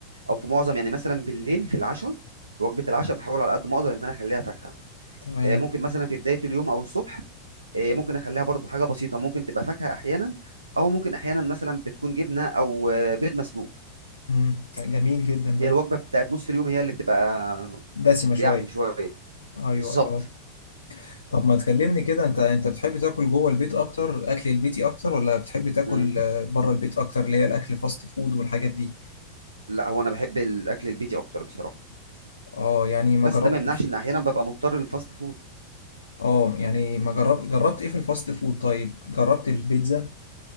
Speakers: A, on the right; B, on the left.
A: او في معظم يعني مثلا بالليل في العشاء في وجبه العشاء بحاول على قد ما اقدر ان انا اخليها فاكهه
B: تمام
A: آه، ممكن مثلا في بدايه اليوم او الصبح آه، ممكن اخليها برضو حاجه بسيطه ممكن تبقى فاكهه احيانا او ممكن احيانا مثلا بتكون جبنه او آه، بيض مسلوق
B: امم جميل جدا
A: هي
B: ده
A: الوجبه بتاعت نص اليوم هي اللي بتبقى
B: دسمة شوية
A: يعني شويه
B: ايوه
A: بالظبط
B: اه طب ما تكلمني كده انت انت بتحب تاكل جوه البيت اكتر اكل البيتي اكتر ولا بتحب تاكل
A: مم.
B: آه، بره البيت اكتر اللي هي الاكل فاست فود والحاجات دي
A: لا هو انا بحب الاكل البيتي اكتر بصراحه
B: اه يعني ما
A: بس
B: جربتش
A: ده ما يمنعش ان احيانا ببقى مضطر للفاست فود
B: اه يعني ما جربت جربت ايه في الفاست فود طيب جربت البيتزا